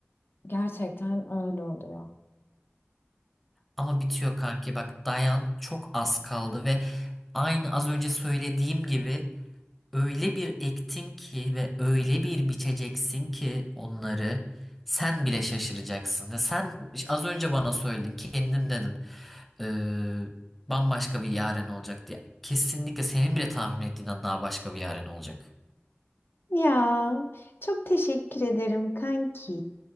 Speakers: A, on the left (about 55°); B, in the centre.
A: Gerçekten öyle oluyor.
B: Ama bitiyor kanki bak dayan çok az kaldı ve aynı az önce söylediğim gibi öyle bir ektin ki ve öyle bir biçeceksin ki onları sen bile şaşıracaksın. ve sen az önce bana söyledin kendim dedin "Ee, bambaşka bir yaren olacak diye. Kesinlikle senin bile tahmin ettiğinden daha başka bir yaren olacak.
A: Ya çok teşekkür ederim kanki.